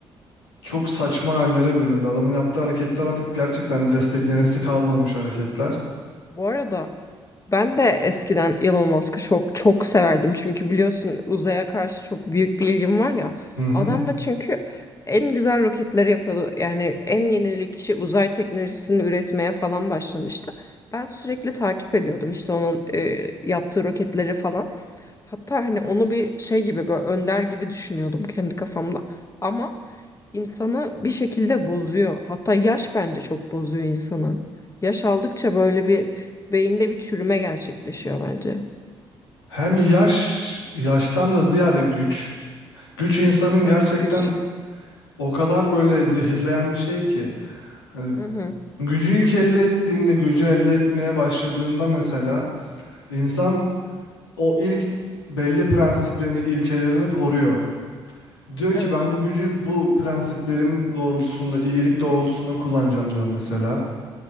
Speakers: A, on the left; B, on the left.
A: çok saçma hallere büründü. Adamın yaptığı hareketler artık gerçekten desteklenesi kalmamış hareketler.
B: Bu arada Ben de eskiden Elon Musk'ı çok çok severdim. Çünkü biliyorsun uzaya karşı çok büyük bir ilgim var ya.
A: Hı hı.
B: Adam da çünkü en güzel roketleri yapıyordu. Yani en yenilikçi uzay teknolojisini üretmeye falan başlamıştı. Ben sürekli takip ediyordum işte onun e, yaptığı roketleri falan. Hatta hani onu bir şey gibi böyle önder gibi düşünüyordum kendi kafamda. Ama insanı bir şekilde bozuyor. Hatta yaş bence çok bozuyor insanı. Yaş aldıkça böyle bir beyinde bir çürüme gerçekleşiyor bence.
A: Hem yaş, yaştan da ziyade güç. Güç insanın
B: Evet
A: gerçekten
B: güç.
A: o kadar böyle zehirleyen bir şey ki. Hani
B: Hı hı.
A: Gücü ilk elde ettiğinde, gücü elde etmeye başladığında mesela insan o ilk belli prensiplerini, ilkelerini koruyor. Diyor
B: Evet.
A: ki ben bu gücü bu prensiplerim doğrultusunda, iyilik doğrultusunda kullanacağım diyor mesela.